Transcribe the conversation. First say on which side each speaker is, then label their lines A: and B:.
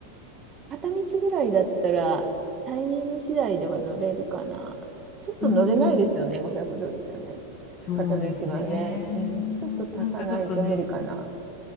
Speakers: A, on the right; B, on the left.
A: 片道ぐらいだったら、タイミング次第では乗れるかな。ちょっと乗れないですよね、
B: うんうん
A: 500ドルじゃね。
B: そうですね。
A: 片道はね。うん、ちょっと足さないと無理かな。
B: なんかちょっとね、